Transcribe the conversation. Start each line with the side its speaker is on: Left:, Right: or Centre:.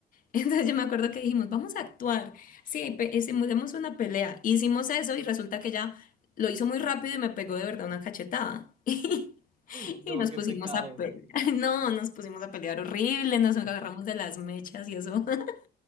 Left: Entonces yo me acuerdo que dijimos, vamos a actuar. Sí, pe- hicimos demos una pelea. Hicimos eso y resulta que ya lo hizo muy rápido y me pegó de verdad una cachetada. <laughs>
Right: No,
Left: Y nos
Right: qué
Left: pusimos
Right: pecado.
Left: a pelear. <laughs> No, nos pusimos a pelear horrible, nos
Right: <laughs>
Left: agarramos de las mechas y eso. <laughs>